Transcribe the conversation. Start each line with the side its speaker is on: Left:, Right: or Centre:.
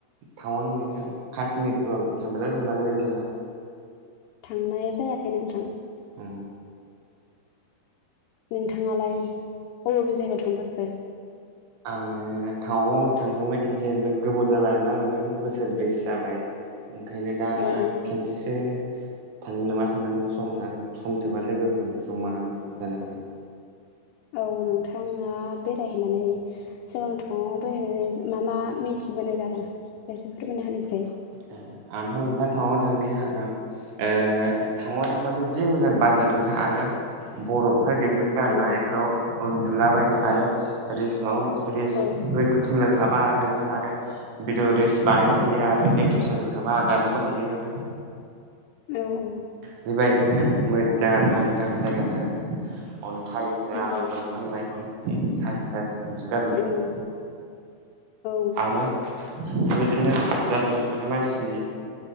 Right: थावां बिदिनो कश्मिरफ्राव थांफेरगोनना थांफेराखै नोंथाङा
Left: थांनाय जायाखै नोंथां
Right: अ
Left: नोंथाङालाय अबे अबे जायगायाव थांफोरखो।
Right: आङो टावाङाव थांखांबाय खेनसे ओमफ्राय गोबाव जाबाय आरोना नोंथां बोसोरब्रैसो जाबाय ओंखायनो दा
Left: औ
Right: खेनसेसो थांनि नामा सानदांनो सम था सम थोबा लोगोफोर जमा जानानै
Left: औ नोंथाङा बेरायहैनानै जों टावाङाव‌ बेरायनानै मा मा मिथिबोनाय जादों इसे फोरमायना होनोसै
Right: ओ आंथ' नोंथां थांनो थांनाया आराम ओ टावाङाव थांबाथ' जि मोजां बार नांनानै थाङो आरो बरफफाय देरनो बे गनायफ्राव
Left: औ
Right: उन्दुला बायनो आरो रिलिस मा रिलस
Left: औ
Right: इउतुब चेनेल माबा आरो नोंथां आरो भिदिअ रिल्स बानायनो हायो आरो इउटुब चेनेल थाबा हागारनोबो हायो नोंथां
Left: औ औ
Right: बेबायदिनो मोजां आरोना नोंथां जायगाफ्रा अन्थाइजा आरो
Left: औ
Right: दंफां लाइफांनि साय स नुनो गारो
Left: औ
Right: नोंथां
Left: औ
Right: आरो बेबायदिनो जादला मादनाय मानसि